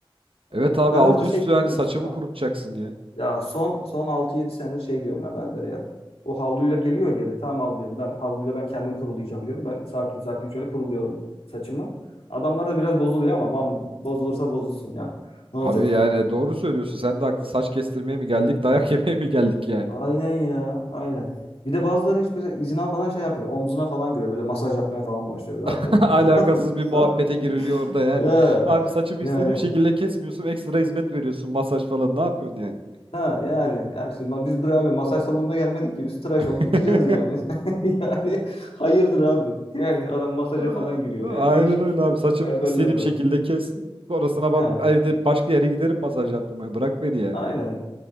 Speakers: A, on the right; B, on the left.
A: Evet
B: Ee,
A: abi
B: Ben
A: altı
B: orada şey
A: üstü
B: diyorum
A: yani saçımı
B: mesela.
A: kurutacaksın ya.
B: Ya son son altı yedi senedir şey diyorum ya berbere ya. O havluyla geliyor geri. Tamam havluyum. Ben havluyla ben kendim kurulayacağım diyorum. Ben sakin sakin şöyle kuruluyorum saçımı. Adamlar da biraz bozuluyor ama "Vam, bozulursa bozulsun ya. Ne olacak?
A: Abi yani doğru söylüyorsun. Sen de haklı. Saç kestirmeye mi geldik, dayak <laughs> yemeye mi geldik yani?
B: Aynen ya. Aynen. Bir de bazıları hiç mesela izin almadan şey yapıyor. Omzuna falan giriyor. Böyle masaj yapmaya falan başlıyor böyle
A: <laughs>
B: arkadan.
A: Alakasız bir muhabbete
B: <laughs>
A: giriliyor orada yani.
B: Ha,
A: Abi saçımı
B: yani
A: istediğim şekilde kesmiyorsun, ekstra hizmet veriyorsun, masaj falan. Ne yapıyorsun yani?
B: ha yani yani işte bak biz buraya abi masaj salonuna gelmedik ki biz tıraş
A: <laughs>
B: olup gideceğiz yani. <laughs> Yani hayırdır abi. Yani adam masaja
A: Aa,
B: falan giriyor.
A: Aynen
B: Yani değişik
A: öyle abi. Saçımı
B: berberler
A: istediğim
B: de
A: şekilde
B: var.
A: kes. Sonrasına
B: Ha
A: ben evde başka yere giderim masaj yaptırmaya. Bırak beni ya.
B: aynen.